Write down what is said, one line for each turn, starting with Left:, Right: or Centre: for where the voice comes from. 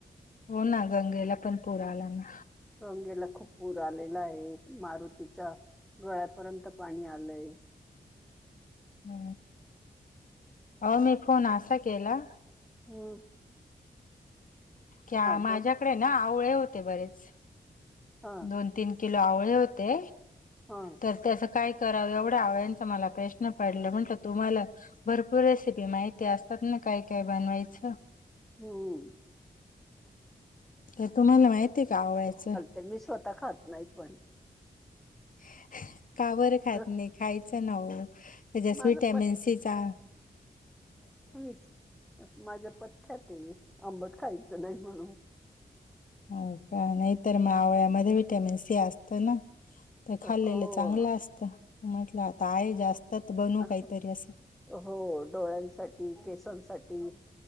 Left: हो ना गंगेला पण पूर आला ना.
Centre: गंगेला खूप पूर आलेला आहे.. मारुतीच्या गळ्यापर्यंत पाणी आलंय.
Left: हा.. हो मी फोन असा केला.
Centre: हम!
Left: क माझ्याकडे
Centre: बोल
Left: ना आवळे होते बरेच.
Centre: हा
Left: दोन तीन किलो आवळे होते.
Centre: हा!
Left: तर त्यासं काय करावं एवढ्या आवळ्याचं मला प्रश्न पडला म्हंटलं तुम्हाला भरपूर रेसिपी माहिती असतात ना काय काय बनवायचं
Centre: ह,
Left: तर तुम्हाला माहती आहेय का आवळ्याचं?
Centre: तर मी स्वतः खात नाही पण?
Left: <inaudible> का बर खात
Centre: अ,
Left: नाही? खायचं ना ओ.. त्याच्यास
Centre: माझं
Left: विटॅमिन सीचा
Centre: हवीच माझ्या पथ्यातून आंबट खायचं नाही मग.
Left: हो का? नाही तर आवळ्यामध्ये विटॅमिन सी असत ना, तर खाल्लेलं
Centre: हो
Left: चांगलं असतं.. म्हटलं आता आहे जास्त. तर बनू
Centre: अस..
Left: काहीतरी असं
Centre: हो डोळ्यांसाठी, केसांसाठी,